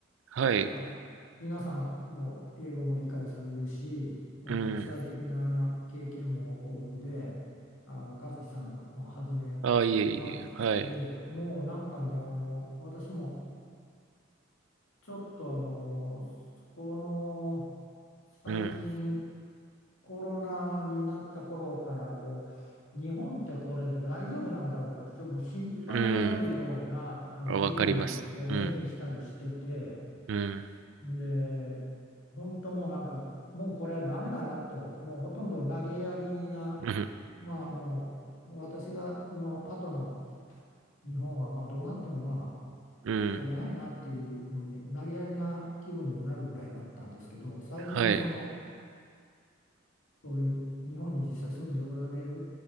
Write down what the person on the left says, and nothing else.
もうなんか、
皆さんもう英語も理解されるし、もう国際的な経験も豊富で、
あの、和樹さんをはじめ、
まあ、
ええ、もうなんかね、あの、私もちょっとあの、この最近
コロナになった頃からこう、日本ってこれで大丈夫なんだろうかと、ちょっともう心配になるようなあの事件を目にしたりしてて、
で、本当もうなんか、もうこれはダメだなと、もうほとんど投げやりな、
まあもう、もう私がの後の日本はまあどうなってもまあ、
しょうがないなっていうふうに投げやりな気分になるぐらいだったんですけど最近のその
そういう日本に実際住んでおられる